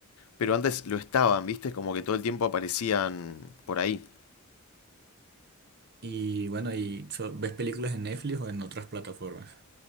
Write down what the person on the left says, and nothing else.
pero antes lo estaban, ¿viste? Como que todo el tiempo aparecían por ahí.